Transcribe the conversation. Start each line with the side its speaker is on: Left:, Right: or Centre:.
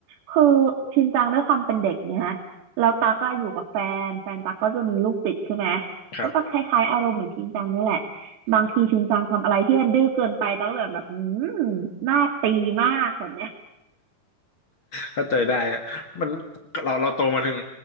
Right: คือชินจังด้วยความเป็นเด็กเนี่ยแล้วตักก็อยู่กับแฟนแฟนตักก็จะมีลูกติดใช่ไหม
Left: ครับ
Right: ก็จกคล้ายๆอารมณ์เหมือนชินจังนี่แหละบางทีชินจังทำอะไรที่มันดื้อเกินไปตักก็แบบแบบอืมน่าตีมากแบบเนี้ย
Left: เข้าใจได้ฮะมันเราเราโตมาถึง